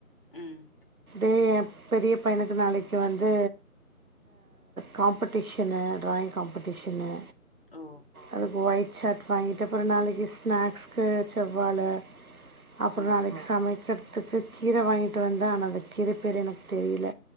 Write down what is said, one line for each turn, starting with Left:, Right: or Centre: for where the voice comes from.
Left: ம்
Right: எ ஏ பெரிய பையனுக்கு நாளைக்கு வந்து காம்படிஷனு டிராயிங் காம்படிஷனு
Left: ஓ
Right: அதுக்கு ஒய்ட் சட் வாங்கிட்ட அப்ற நாளைக்கு ஸ்நாக்ஸ்கு செவ்வாழ அப்புற
Left: ஓ
Right: நாளைக்கு சமைக்கத்துக்கு கீரை வாங்கிட்டு வந்த ஆன அந்த கிற பேர் எனக்கு தெரியல